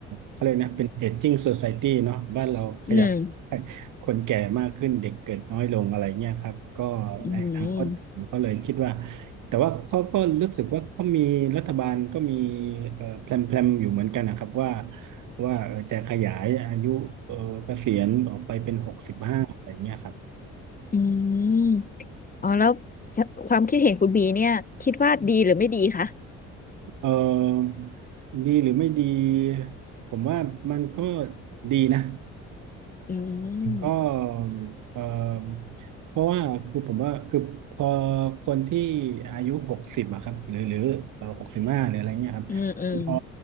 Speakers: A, on the right (about 65°); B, on the left (about 25°).
A: เขาเรียกนะเป็นเอจจิ้งโซ i ายตี้เนาะบ้านเราขยับให้คนแก่มากขึ้นเด็กเกิดน้อยลงอะไรเงี้ยครับก็ในอนาคตผมก็เลยคิดว่า
B: อืมอืม
A: แต่ว่าเขาก็รู้สึกว่าก็มีรัฐบาลก็มีเอ่อแพลนแพลนอยู่เหมือนกันนะครับว่าว่าเอ่อจะขยายอายุเอ่อเกษียณออกไปเป็นหกสิบห้าอะไรเงี้ยครับ
B: อืมอ๋อแล้วความคิดเห็นคุณบีเนี่ยคิดว่าดีหรือไม่ดีคะ
A: เออดีหรือไม่ดีผมว่ามันก็ดีนะ
B: อืม
A: ก็เออเพราะว่าคือผมว่าคือพอคนที่อายุหกสิบอะครับหรือหรือเออหกสิบห้าหรืออะไรเงี้ยครับ
B: อืมอืม
A: พอ